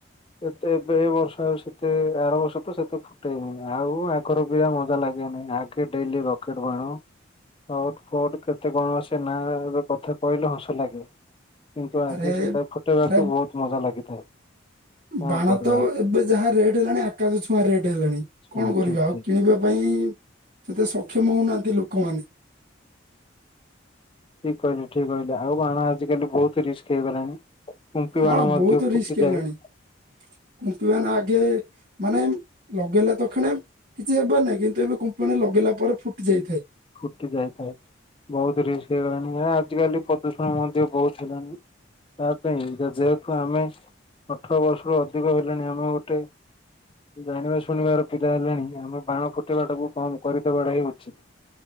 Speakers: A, on the left; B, on the right.
A: ଏତେ ଏ ବର୍ଷ ଆଉ ସେତେ ଆର ବର୍ଷ ତ ସେତେ ଫୁ ଟେଇ ହେଉନି ଆଉ ଆଗର ଭେଳିଆ ମଜା ଲାଗେ ନାହିଁ ଆଗେ ଡେଲି ରକେଟ୍ ବାଣ ସଟ୍ ଫଟ୍ କେତେ କଣ ସେ ନା ର କଥା କହିଲେ ହସ ଲାଗେ। କିନ୍ତୁ ଆଗେ
B: ଆରେ
A: ସେଟା ଫୁଟେଇବାକୁ
B: ଆରେ
A: ବହୁତ୍ ମଜା ଲାଗିଥାଏ। କଣ
B: ବାଣ
A: କରିବା
B: ତ ଏବେ ଯାହା ରେଟ୍ ହେଲାଣି ଆକାଶ ଛୁଆଁ ରେଟ୍ ହେଲାଣି।
A: ହଁ
B: କଣ କରିବା
A: ଠିକ ଠିକ
B: ଆଉ କିଣିବା ପାଇଁ ସେତେ ସକ୍ଷମ ହଉ ନାହାନ୍ତି ଲୋକ ମାନେ।
A: ଠିକ୍ କହିଲେ ଠିକ୍ କହିଲେ ଆଉ ବାଣ ଆଜି କାଲି ବହୁତ୍ ରିସ୍କ୍ ହେଇ ଗଲାଣି। କୁମ୍ପି
B: ହଁ
A: ବାଣ ମଧ୍ୟ
B: ବହୁତ
A: ଫୁଟି
B: ରିସ୍କ ହେଲାଣି
A: ଯାଏ
B: କୁମ୍ପି ବାଣ ଆଗେ ମାନେ ଲଗେଇଲେ ତ କ୍ଷଣେ କିଛି ହେବେ ନାହିଁ କି ନ୍ତୁ ଏବେ କୁମ୍ପି ବାଣ ଲଗେଇଲା ପରେ ଫୁଟି ଯାଇ ଥାଏ।
A: ଫୁଟି ଯାଇଥାଏ। ବହୁତ୍ ରିସ୍କ୍ ହେଇଗଲାଣି ଏ ଆଜି କାଲି ପ୍ରଦୂଷଣ ମଧ୍ୟ ବହୁତ୍ ହେଲାଣି। ତା ପାଇଁ ଯେହେତୁ ଆମେ ଅଠର ବର୍ଷରୁ ଅଧିକ ହେଲେଣି ଆମେ ଗୋଟେ ଜାଣିବା ଶୁଣିବାର ପିଲା ହେଲେଣି ଆମେ ବାଣ ଫୁଟେଇ ବାଟାକୁ କମ୍ କରିଦେବା ଟା ହିଁ ଉଚିତ୍।